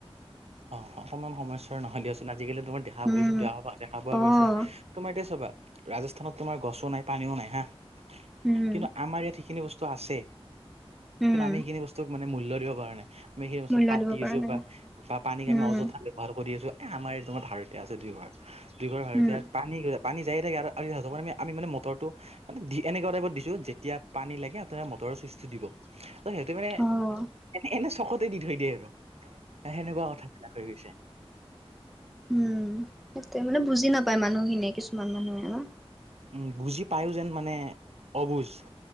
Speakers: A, on the right; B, in the centre.
A: অ অকমান সমস্যাৰ নহয় দিয়াচোন আজিকালি তোমাৰ দেখা
B: উম,
A: গৈছে দেখা দেখা পোৱা
B: অ',
A: গৈছে তোমাৰ এতিয়া চাবা ৰাজস্থানত তোমাৰ গছো নাই পানীও নাই হা,
B: উম,
A: কিন্তু আমাৰ ইয়াত সেইখিনি বস্তু আছে,
B: উম,
A: কিন্তু আমি সেইখিনি বস্তুক মানে মূল্য দিব পৰা নাই। আমি সেই বস্তুক
B: মূল্য
A: কাটি
B: দিব পৰা
A: আছো
B: নাই।
A: বা পানীক আমি
B: উম,
A: অযথা ব্যৱহাৰ কৰি আছো, এ আমাৰ এ তোমাৰ ভাড়াতিয়া আছে দুইঘৰ, দুইঘৰ ভাড়াতিয়াক
B: উম,
A: পানী পানী যায় থাকে আৰু আৰু সিহঁতৰ কাৰণে আমি মানে মটৰটো মানে দি এনেকুৱা টাইপত দিছো যেতিয়া পানী লাগে আপোনালোকে মটৰৰ চুইচটো দিব। ত সিহঁতে মানে
B: অ',
A: এনে এনেই চকতে দি থৈ দিয়ে আৰু। সে সেনেকুৱা কথাবিলাক হৈ গৈছে।
B: উম সেইটোৱে মানে বুজি নাপায় মানুহখিনিয়ে কিছুমান মানুহে ন।
A: উম বুজি পায়ো যেন মানে অবুজ।